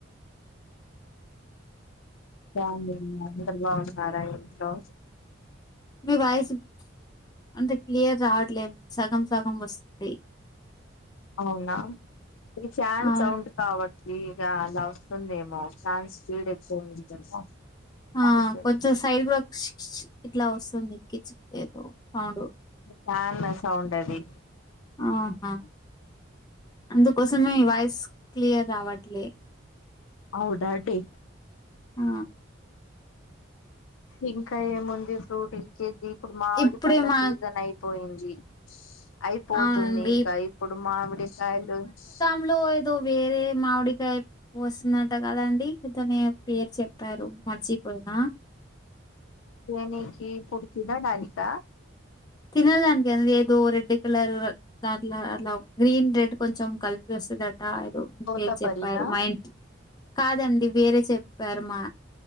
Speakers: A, on the left; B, on the left.
A: అందరు బాగున్నారాలో
B: మ వయిస్ అంటే క్లియర్ రావట్లేదు సగం సగం వస్తుంది
A: అవునా ఈ ఫ్యాన్స్
B: ఆ
A: సౌండ్ కాబట్టి ఇక అలా వస్తుందేమో ఫాన్స్ స్పీడ్ ఎక్కువ ఉంది కదా
B: ఆ
A: అందుకే.
B: కొంచెం సైడ్ బక్ ఇట్లా వస్తుంది కిచదో అవును
A: ఫ్యాన్ సౌండ్ అది
B: ఆహా అందుకోసమే వాయిస్ క్లియర్ రావట్లే
A: హవుడాడి
B: ఆ
A: ఇంకా ఏముంది ఫ్రూట్ ఇక్కేది ఇప్పుడు మామిడి
B: ఇప్పుడే
A: పండ్ల
B: మా
A: సీజన్ అయిపోయింది అయిపోతుంది
B: అవునండి
A: ఇంకా ఇప్పుడు మామిడికాయలోచ్
B: ఇ ఏదో వేరే మామిడికాయ వస్తుందట కదా అండి ఇదనే పేరు చెప్పారు మర్చిపోయినా
A: దేనేకి పుడుతుడా డానిక
B: తినడానికి అ ఏదో రెడ్ కలర్ దాట్లో అలా గ్రీన్ రెడ్ కొంచెం కలిపి వస్తుందట అ
A: తోతపరినా
B: పేరు చెప్పారు మా ఇంట్ కాదండి వేరే చెప్పారు మా